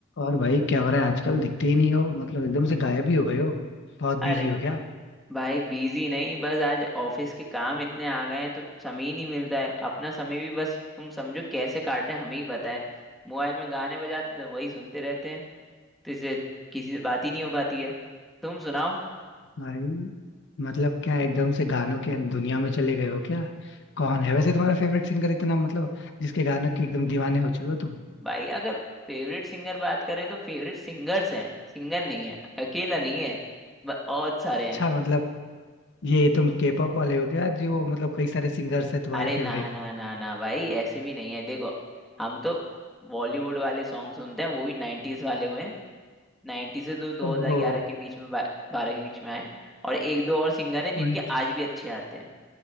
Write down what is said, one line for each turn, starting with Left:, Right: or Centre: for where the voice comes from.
Left: और भाई क्या हो रहा है आजकल दिखते ही नहीं हो मतलब एकदम से गायब ही हो गए हो बहुत
Centre: अरे
Left: बिजी हो क्या
Centre: भाई बिजी नहीं बस आज ऑफिस के काम इतने आ गए हैं तो समय ही नहीं मिल रहा है अपना समय भी बस तुम समझो कैसे काट रहे हैं हमें ही पता है मोबाइल में गाने बजाते तो वही सुनते रहते हैं तो इससे किसी से बात ही नहीं हो पाती है तुम सुनाओ
Left: भाई मतलब क्या एकदम से गानों के दुनिया में चले गए हो क्या कौन है वैसे तुम्हारा फेवरेट सिंगर इतना मतलब जिसके गानों के एकदम दीवाने हो चुके हो तुम
Centre: भाई अगर फेवरेट सिंगर बात करें तो फेवरेट सिंगर्स हैं सिंगर नहीं है अकेला नहीं है ब- बहुत सारे
Left: अच्छा
Centre: हैं
Left: मतलब ये तुम के पॉप वाले हो क्या जो मतलब कई सारे सिंगर्स है तुम्हारे
Centre: अरे
Left: फेवरेट
Centre: ना ना ना ना भाई ऐसे भी नहीं है देखो हम तो बॉलीवुड वाले सॉन्ग सुनते हैं वो भी नाइन्टीज वाले हुए हैं नाइन्टी से तो 2011
Left: ओहो
Centre: के बीच में बारह के बीच में आए और एक दो और सिंगर हैं जिनके
Left: उदित
Centre: आज भी अच्छे आते हैं